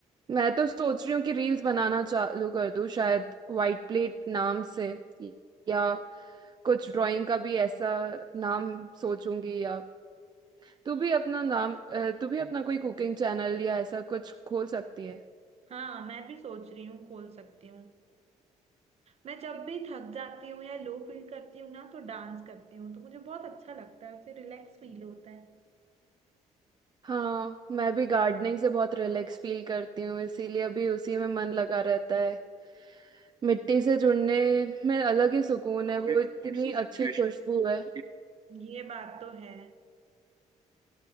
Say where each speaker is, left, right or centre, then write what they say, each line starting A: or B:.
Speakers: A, on the right; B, on the right.
A: मैं तो सोच रही हूँ कि रील्स बनाना चालू कर दूँ शायद वाइट प्लेट नाम से या कुछ ड्राइंग का भी ऐसा नाम सोचूंगी या तू भी अपना नाम अ, तू भी अपना कोई कुकिंग चैनल या ऐसा कुछ खोल सकती है
B: हाँ मैं भी सोच रही हूँ खोल सकती हूँ मैं जब भी थक जाती हूँ या लो फील करती हूँ ना तो डांस करती हूँ तो मुझे बहुत अच्छा लगता है फिर रिलैक्स फील होता है
A: हाँ मैं भी गार्डनिंग से बहुत रिलैक्स फील करती हूँ इसीलिए अभी उसी में मन लगा रहता है मिट्टी से जुड़ने में अलग ही सुकून है वो इतनी अच्छी खुशबू है
B: ये बात तो है